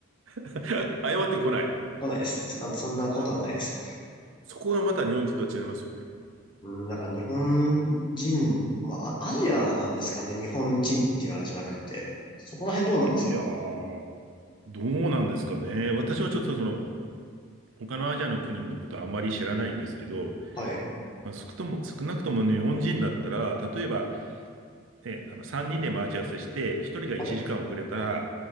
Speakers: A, on the right; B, on the left.
A: <laughs> 謝ってこない。
B: 来ないです。あの、そんなことはないです。
A: ま、そこがまた日本人と違いますよね。
B: うん、だから日本人、まあ、アアジアなんですかね、日本人っていうあれじゃなくて。そこら辺どうなんですか
A: いいやー、どうなんですかね。私はちょっとその、他のアジアの国のことはあまり知らないんですけど、
B: はい、
A: まあ、少とも、少なくとも日本人だったら、例えば、ね、あの3人で待ち合わせして、1人が1時間遅れたら、
B: はい。